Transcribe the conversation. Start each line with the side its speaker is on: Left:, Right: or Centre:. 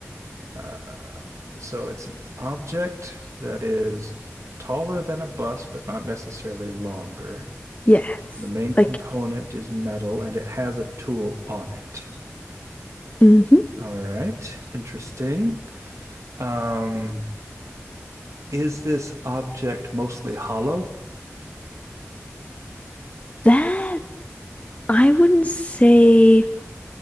Right: Uh, so it's an object that is taller than a bus, but not necessarily longer.
Left: Yes.
Right: The main component
Left: Like
Right: is metal and it has a tool on it.
Left: hmm
Right: All right, interesting. Um, is this object mostly hollow?
Left: That I wouldn't say